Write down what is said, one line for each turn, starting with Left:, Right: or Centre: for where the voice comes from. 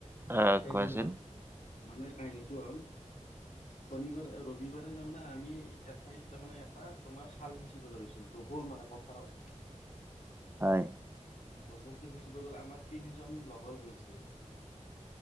Right: অ'
Left: সেইদিনত
Right: কোৱাচোন
Left: মানুহে কাহিনীটো হ'ল। শনিবাৰে, ৰবিবাৰে, তাৰমানে আমি এঠাইত তাৰমানে এটা। তোমাৰ খাল সিঁচিব লাগৈছিলো। দবল, মানে পথাৰত।
Right: হয়।
Left: ডবলটো, সিঁচিব গ'লে আমাৰ তিনিজন লগৰ গৈছে।